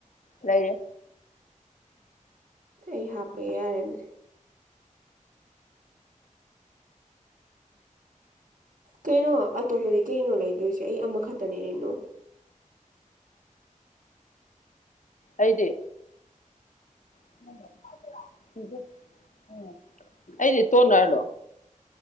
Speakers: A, on the left (about 70°); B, on the right (about 80°).
A: ꯂꯩꯔꯦ
B: ꯑꯩ ꯍꯥꯞꯄ ꯌꯥꯔꯦꯅꯦ ꯀꯩꯅꯣ ꯑꯇꯣꯞꯄꯗꯤ ꯀꯩꯅꯣ ꯂꯩꯗꯣꯏꯁꯦ ꯑꯩ ꯑꯃꯈꯛꯇꯅꯦꯔꯅꯣ
A: ꯑꯩꯗꯤ <unintelligible> ꯑꯩꯗꯤ ꯇꯣꯅꯥ꯭ꯔꯗꯣ